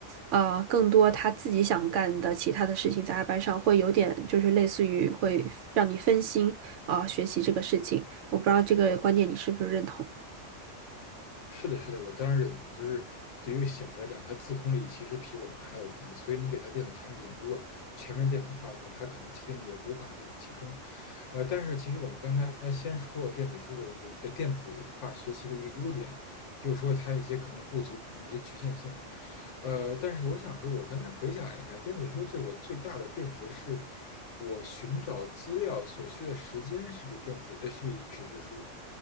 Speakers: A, on the right; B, on the left.
A: 呃，更多他自己想干的其他的事情，在 iPad 上会有点，就是类似于会让你分心啊，学习这个事情。我不知道这个观点你是不是认同。
B: 是的，是的，我当然认同。就是对于小孩来讲，他自控力其实比我们还要低，所以你给他电子产品，如果全面电子化的话，他可能精力也无法这么集中。呃，但是其实我们刚才先说过电子书的那个呃电子化学习的一个优点，又说它一些可能不足，可能一些局限性。呃，但是我想说，我刚才回想了一下，电子书对我最大的便捷是，我寻找资料所需的时间是比电子呃是比纸质书